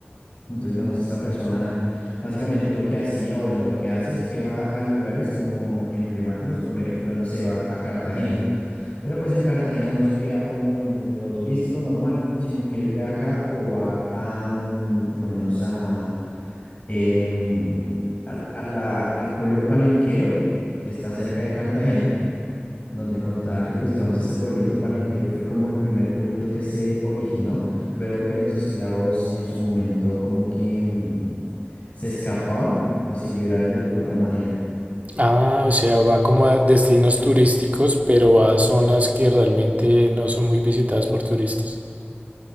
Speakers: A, on the left; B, on the right.
A: Entonces, digamos, esta persona básicamente lo que hacía, o bueno, lo que hace es que va a lugares como emblemáticos, por ejemplo, no sé, va a Cartagena, pero pues en Cartagena no se queda como en lo turístico normal, sino que él viaja o va a, mm, por lo menos a, em, al a la- al pueblo palenquero que está cerca de Cartagena donde contaba que, pues digamos, este pueblito palenquero fue como el primer pueblito que se originó, luego que los esclavos en su momento como que mm, se escapaban o se liberaban de alguna otra manera.
B: Ah, o sea, va como a destinos turísticos, pero va a zonas que realmente no son muy visitadas por turistas.